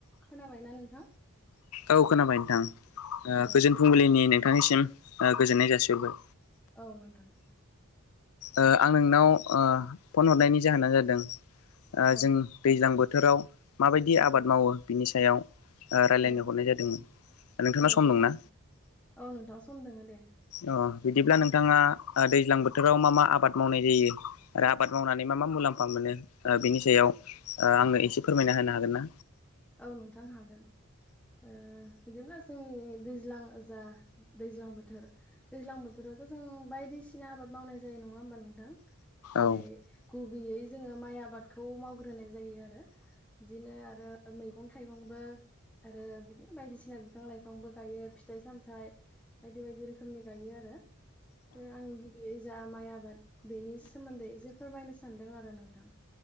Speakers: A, in the centre; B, on the left.
A: खोनाबायना नोंथां
B: औ खोनाबाय नोंथां ओ
A: औ
B: गोजोन
A: नोंथां
B: फुंबिलिनि नोंथांनिसिम ओ गोजोननाय जासिहरबाय
A: औ नोंथां
B: ओ आं नोंनाव फन हरनायनि जाहोनानो जादों
A: औ
B: जों दैज्लां बोथोराव माबायदि आबाद
A: औ
B: मावो बिनि सायाव ओ रायलायनो
A: औ
B: हरनाय जादोंमोन नोंथांना
A: औ
B: सम
A: औ
B: दंना?
A: नोंथां औ नोंथां सम दोङो दे
B: अ बिदिब्ला नोंथाङा ओ दैज्लां बोथोराव मा मा आबाद मावनाय जायो आरो आबाद मावनानै मा मा मुलाम्फा मोनो ओ बेनि सायाव ओ आंनो एसे फोरमायना होनो हागोन ना
A: औ नोंथां हागोन ओ बिदिब्ला जोंनि दैज्लां जा दैज्लां बोथोर दैज्लां बोथोरावथ जों बायदिसिना आबाद मावनाय जायो नङा होमबा नोंथां जेरै
B: औ
A: गुबैयै जोङो माइ आबादखौ मावग्रोनाय जायो आरो बिदिनो आरो मैगं थाइगंबो आरो बिदिनो बायदिसिना बिफां लाइफांबो गायो फिथाइ सामथाइ बायदि बायदि रोखोमनि गायो आरो आं गिबियै जा माइ आबाद बेनि सोमोन्दै जे फोरमायनो सानदों आरो नोंथां